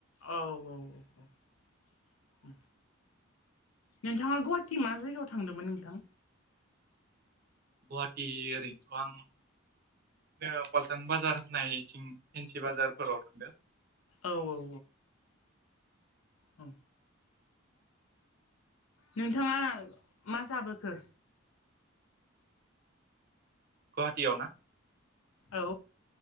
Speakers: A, on the left; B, on the right.
A: औ, औ, औ। नोंथाङा गुवाहाटि मा जायगायाव थांदोंमोन नोंथां?
B: गुवाहाटि ओरैनोथ' आं बि पाल्टान बाजार होननायथिं फेन्सि बाजारफोराव थांदों।
A: औ औ औ। औ। नोंथाङा मा जाबोखो?
B: गुवाहाटियाव ना?
A: औ।